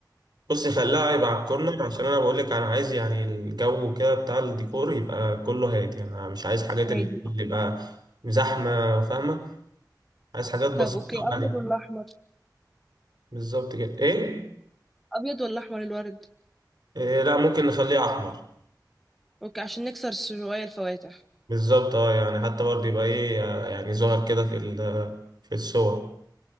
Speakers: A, on the right (about 65°); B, in the centre.
A: بص خليها يبقى على الكورنر عشان انا بقول لك انا عايز يعني الجو كده بتاع الديكور يبقى كله هادي يعني انا مش عايز حاجات
B: هادي
A: اللي اللي يبقى زحمه فاهمه عايز حاجات بسيطه
B: طب اوكي
A: وهاديه
B: ابيض ولا احمر
A: بالظبط كده ايه
B: ابيض ولا احمر الورد
A: إيه لا ممكن نخليه احمر
B: اوكي عشان نكسر شويه الفواتح
A: بالظبط اه يعني حتى برضه يبقى ايه آه، يعني ظهر كده في ال- في الصور